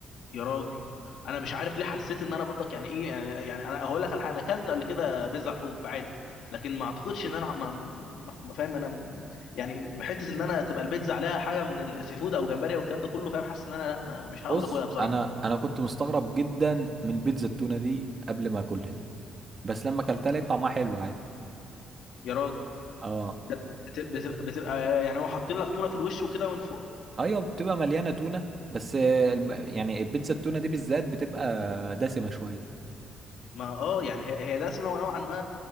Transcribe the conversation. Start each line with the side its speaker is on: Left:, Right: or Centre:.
Left: يا راجل انا مش عارف ليه حسيت ان انا برضك يعني ايه يعني يعني انا هقول لك على حاجه انا اكلت قبل كده بيتزا لحوم فعادي لكن ما اعتقدش ان انا ما, ما ما- فاهم انا م- يعني حته ان انا تبقى البيتزا عليها حاجه من السي فود او جمبري او الكلام ده كله فاهم حاسس ان انا لا ما- مش هقدر
Right: بص
Left: اكلها بصراحه
Right: انا انا كنت مستغرب جدا من بيتزا التونه دي قبل ما اكلها بس لما اكلتها لقيت طعمها حلو عادي
Left: يا راجل
Right: اه
Left: ده بت- بتبقى بتبقى يعني هو حاطين لك تونه في الوش وكده من فوق
Right: ايوه بتبقى مليانه تونه بس آه، الم- يعني البيتزا التونه دي بالذات بتبقى دسمه شويه
Left: ما اه يعني هي هي دسمه ونوعا ما